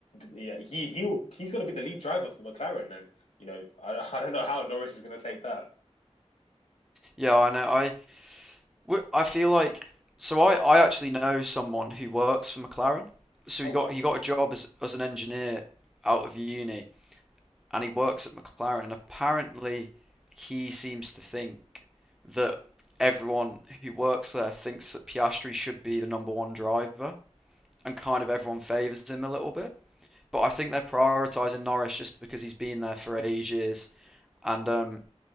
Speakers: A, on the left; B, in the centre.
A: Yeah, he he'll he's going to be the lead driver for McLaren, and you know I <laughs> I don't know how Norris is going to take that.
B: yeah. I know. I Wh- I feel like so I, I actually know someone who works for McLaren. So
A: Oh
B: he got
A: wow.
B: he got a job as as an engineer out of uni and he works at McLaren and apparently he seems to think that everyone who works there thinks that Piastri should be the number one driver and kind of everyone favours him a little bit. But I think they're prioritising Norris just because he's been there for ages and um